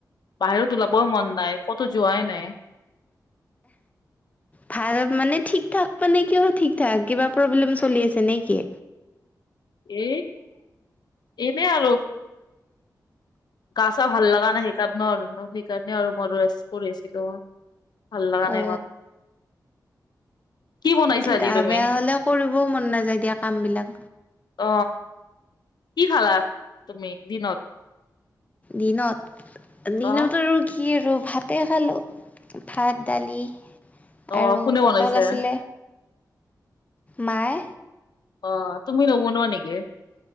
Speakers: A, on the left; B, on the left.
A: বাহিৰত ওলাবৈ মন নাই। ক'তো যোৱাই নাই।
B: ভাল মানে ঠিক, মানে কিহৰ ঠিক ঠাক কিবা প্ৰব্লেম চলি আছে নেকি?
A: এ, এনেই আৰু। গা-চা ভাল লগা নাই, সেইকাৰণে <unintelligible> আৰু সেইকাৰণে আৰু ম <unintelligible> কৰি আছিলো। ভাল লগা
B: অ
A: নাই ইমান। কি বনাইছা
B: এ
A: আজি
B: গা
A: তুমি
B: বেয়া হ'লে কৰিবও মন নাযায় দিয়া কাম বিলাক।
A: অ, কি খালা তুমি দিনত?
B: দিনত, দিনত
A: অ
B: আৰু কি আৰু ভাতে খালো, ভাত, দালি
A: অ
B: আৰু
A: কোনে
B: পটল
A: বনাইছে
B: আছিলে। মায়ে।
A: অ, তুমি নবনুৱা নেকি?